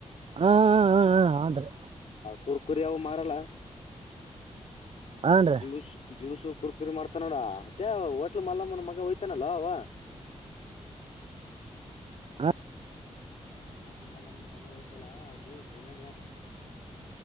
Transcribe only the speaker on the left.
ಕುರ್ಕುರಿಯದು ಮಾರಲ್ಲ.
ಜ್ಯೂಸ್ ಜ್ಯೂಸ್ಸು. ಕುರ್ ಕುರಿ ಮಾಡ್ತಾ ನೋಡ ಅತ್ತೇ ಹೋಟ್ಲ್ ಮಲ್ಲಮ್ಮನ್ ಮಗ ಹೊತಾನಲ್ಲ ಅವ.
ಹ ವಾಟಲ್ ಮಲ್ಲ ಮಗ ಎಲ್ಲ ಅಲ್ಲಿ ಸಿಲೆಂಡರ್.